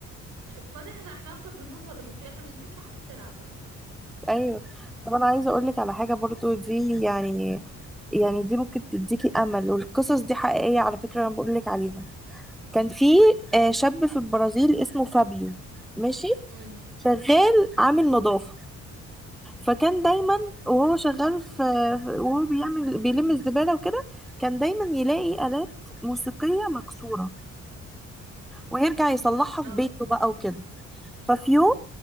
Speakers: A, on the right (about 90°); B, in the centre.
A: بعد احنا احنا اصلا بنروح ولا بنشوف احنا بنشوفش حتى تلعب فاهمة؟
B: ايوه طب انا عايزه اقول لك على حاجه برضو دي يعني يعني دي ممكن تديكي امل والقصص دي حقيقيه على فكره انا بقول لك عليها كان في آه، شاب في البرازيل اسمه فابيو ماشي
A: امم
B: شغال عامل نظافة فكان دايما وهو شغال في في- وهو بيعمل بيلم الزبالة وكده كان دايما يلاقي آلات موسيقية مكسورة ويرجع يصلحها
A: اه
B: في بيته بقى وكده ففي يوم